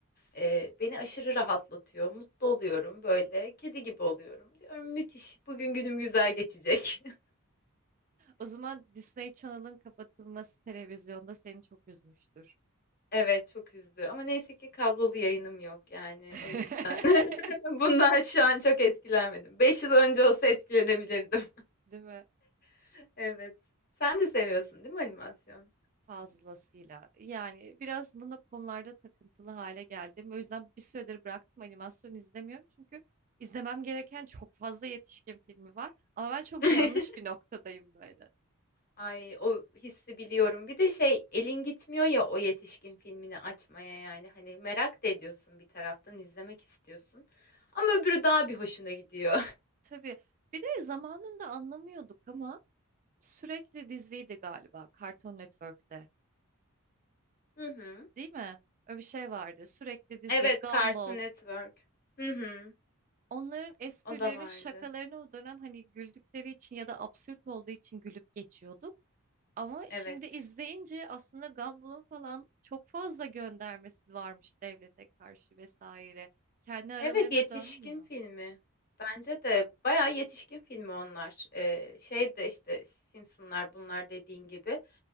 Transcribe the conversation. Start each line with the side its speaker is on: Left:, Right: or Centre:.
Left: Eee, beni aşırı rahatlatıyor, mutlu oluyorum böyle, kedi gibi oluyorum. Diyorum müthiş, bugün günüm güzel geçecek. <laughs>
Right: O zaman Disney Channel'ın kapatılması televizyonda seni çok üzmüştür.
Left: Evet, çok üzdü ama neyse ki kablolu yayınım yok yani
Right: <laughs>
Left: o yüzden. <laughs> Bundan şu an çok etkilenmedim. 5 yıl önce olsa etkilenebilirdim.
Right: Değil mi?
Left: <laughs> Evet. Sen de seviyorsun değil mi animasyon?
Right: Fazlasıyla. Yani biraz bunu konularda takıntılı hale geldim. O yüzden bir süredir bıraktım animasyon izlemiyorum. Çünkü izlemem gereken çok fazla yetişkin filmi var. Ama ben çok
Left: <laughs>
Right: yanlış bir noktadayım böyle.
Left: Ay o hissi biliyorum. Bir de şey elin gitmiyor ya o yetişkin filmini açmaya yani hani merak da ediyorsun bir taraftan izlemek istiyorsun. Ama öbürü daha bir hoşuna gidiyor.
Right: Tabii. Bir de zamanında anlamıyorduk ama sürekli diziydi galiba Cartoon Network'te.
Left: Hı hı.
Right: Değil mi? Öyle bir şey vardı. Sürekli dizi,
Left: Evet,
Right: Gumball.
Left: Cartoon Network. Hı hı.
Right: Onların esprilerini,
Left: O da vardı.
Right: şakalarını o dönem hani güldükleri için ya da absürt olduğu için gülüp geçiyorduk. Ama
Left: Evet.
Right: şimdi izleyince aslında Gumball'ın falan çok fazla göndermesi varmış devlete karşı vesaire. Kendi aralarında
Left: Evet, yetişkin
Right: dönmüyor.
Left: filmi. Bence de bayağı yetişkin filmi onlar. Ee, şey de işte Simpsonlar bunlar dediğin gibi.